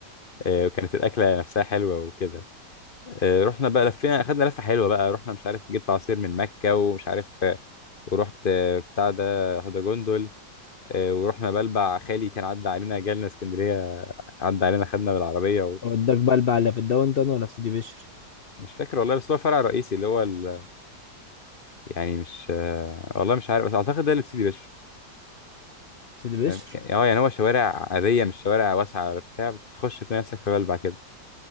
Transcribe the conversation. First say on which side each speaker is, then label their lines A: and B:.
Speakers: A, on the left; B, on the left.
A: آه، وكانت الاكله نفسها حلوه وكده آه، رحنا بقى لفينا اخدنا لفه حلوه بقى رحنا مش عارف جبت عصير من مكه ومش عارف آه، ورحت آه، بتاع ده هدى جندل آه، ورحنا بلبع خالي كان عدى علينا جالنا اسكندريه عدى علينا خدنا بالعربيه
B: وداك بلبع اللي في الداون تاون ولا في سيدي بشر
A: ومش فاكر والله بس هو فرع رئيسي اللي هو ال... يعني مش آه، والله مش عارف بس اعتقد ده اللي في سيدي بشر
B: في سيدي بشر
A: تمام يعني اه يعني هو شوارع عاديه مش شوارع واسعه ولا بتاع بتخش تلاقي نفسك في بلبع كده